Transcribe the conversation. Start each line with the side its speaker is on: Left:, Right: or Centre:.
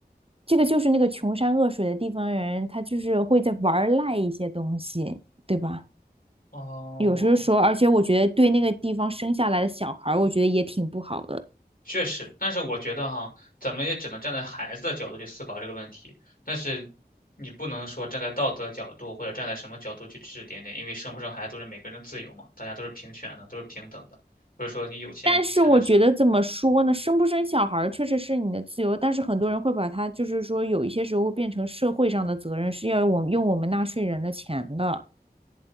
Right: 这个就是那个穷山恶水的地方人，他就是会在玩赖一些东西，对吧？
Left: 哦，
Right: 有时候说，而且我觉得对那个地方生下来的小孩儿我觉得也挺不好的。
Left: 确实，但是我觉得哈，咱们也只能站在孩子的角度去思考这个问题，但是你不能说站在道德角度或者站在什么角度去指指点点，因为生不生孩子都是每个人的自由嘛，大家都是平权的，都是平等的，不是说你有钱才能生。
Right: 但是我觉得怎么说呢，生不生小孩儿确实是你的自由，但是很多人会把它就是说有一些时候变成社会上的责任，是要我用我们纳税人的钱的。